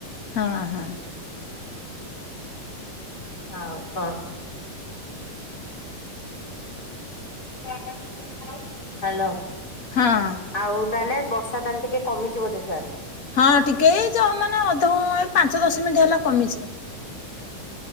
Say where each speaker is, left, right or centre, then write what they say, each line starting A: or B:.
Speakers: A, on the left; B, on the left.
A: ହଁ ହଁ।
B: ଆଉ କଣ କ? ହ୍ୟାଲୋ।
A: ହଁ।
B: ଆଉ ତାହେଲେ ବର୍ଷା ତାହେଲେ ଟିକେ କମିିଛି ବୋଧେ ସିଆଡ଼େ।
A: ହଁ ଟିକେ ଏଇ ଯ ମାନେ ଅଧ ଏ ପାଞ୍ଚ ଦଶ ମିନିଟ୍ ହେଲା କମିଛି।